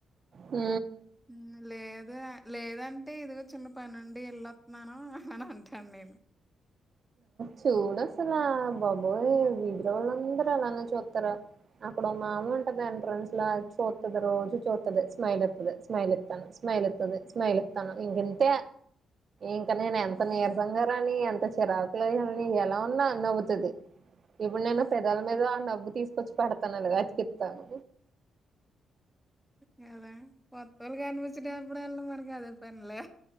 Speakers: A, on the right; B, in the centre.
A: ఊ
B: ఉమ్ లేద లేదాంటి ఇదిగో చిన్న పనుండి ఎల్ళొత్నాను అని అంటాను నేను
A: చూడు అసలా బాబోయ్ వీదిలో వాల్లందరూ అలా నే చూత్తరు అక్కడ ఓ మామ్మ ఉంటది ఎంట్రన్స్ లో అది చూత్తది రోజు చూత్తది స్మైల్ ఇత్తది స్మైల్ ఇ తను స్మైల్ ఇత్తది స్మైల్ ఇత్తాను ఇంకా ఇంతే ఇంకా నేను ఎంత
B: అదే.
A: నీరసంగా రాని ఎంత చిరాకులో ఎల్లని ఎలా ఉన్నా నవ్వుతది ఇప్పుడు నేను
B: ఉమ్,
A: పెదాల మీద ఆ నవ్వు తీసుకొచ్చు పెడతాను అలాగా అతికిత్తాను
B: కదా కొొత్తోళ్లు కనిపిచ్చినప్పుడు అళ్ళ మనకి అదే పనిలే